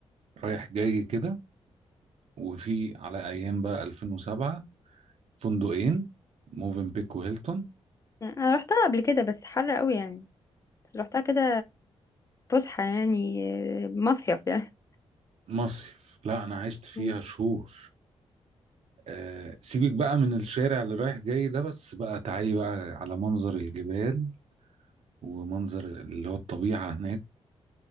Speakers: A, on the right (about 65°); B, on the left (about 30°).
A: رايح جاي كده وفي على أيام بقى 2007 فندقين موفن بيك وهيلتون
B: انا رحتها قبل كده بس حر قوي يعني بس رحتها كده فسحة يعني مصيف يعني
A: مصيف لا أنا عشت فيها
B: مم.
A: شهور آه سيبك بقى من الشارع اللي رايح جاي ده بس بقى تعالي بقى على منظر الجبال ومنظر اللي هو الطبيعة هناك